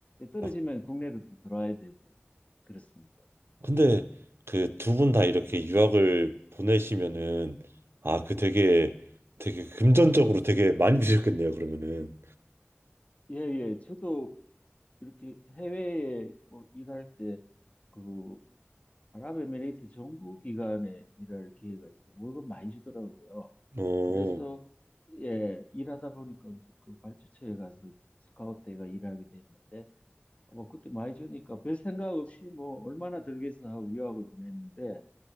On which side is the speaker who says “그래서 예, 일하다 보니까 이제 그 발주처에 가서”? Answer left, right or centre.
Left